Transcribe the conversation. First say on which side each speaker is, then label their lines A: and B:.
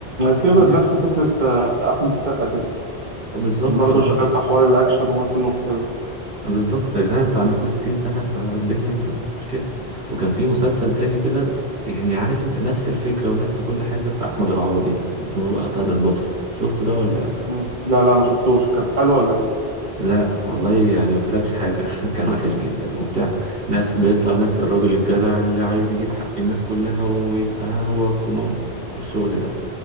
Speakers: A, on the right; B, on the right.
A: الدنيا
B: كبر نفس فكرة آه، أحمد السقا كده
A: آه، بالظبط
B: برضه
A: اه
B: شغال في حوار الأكشن ووصل إنه كبر
A: بالظبط يا جدعان انتوا عندكم 60 سنة فالدنيا م- مش كده وكان في مسلسل تاني كده يعني عارف انت نفس الفكرة ونفس كل حاجة بتاع أحمد العوضي ده اسمه فهد البطل شفته ده ولا لا
B: مم. لا لا ما شفتوش كان حلو ولا إيه؟
A: لا والله يعني ما فاتكش حاجة <laughs> كان وحش جدا وبتاع نفس بيطلع نفس الراجل الجدع اللي عايز يجيب حق الناس كلها ويبقى هو الكوماندو والشغل ده